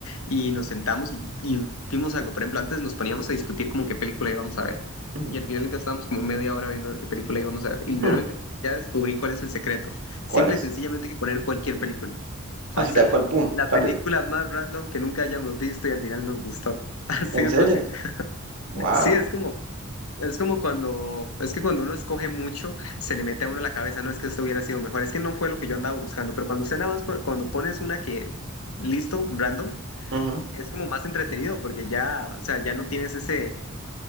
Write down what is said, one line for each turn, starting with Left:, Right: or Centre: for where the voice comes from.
Left: y nos sentamos y, y vimos algo. Por ejemplo, antes nos poníamos a discutir como qué película íbamos a ver
Right: Ujú.
Left: y al final gastábamos como media hora viendo a ver qué película íbamos a ver. Y
Right: <laughs>
Left: literalmente ya descubrí cuál es el secreto.
Right: ¿Cuál
Left: Simple
Right: es?
Left: y sencillamente hay que poner cualquier película. <laughs>
Right: Así
Left: O sea,
Right: tal cual, pum,
Left: la
Right: rápido.
Left: película más random que nunca hayamos visto y al final nos gustó. <laughs> Así
Right: ¿En
Left: es
Right: serio?
Left: fácil.
Right: Wow.
Left: Sí, es como... Es como cuando, es que cuando uno escoge mucho, se le mete a uno a la cabeza, no es que esto hubiera sido mejor, es que no fue lo que yo andaba buscando, pero cuando usted nada más, pon- cuando pones una que, listo, random,
Right: Ujú,
Left: es como más entretenido, porque ya, o sea, ya no tienes ese,